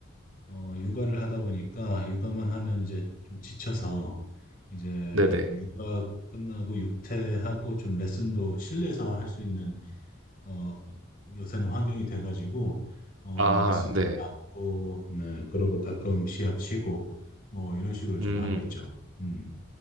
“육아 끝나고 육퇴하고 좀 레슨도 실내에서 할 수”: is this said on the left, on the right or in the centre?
Left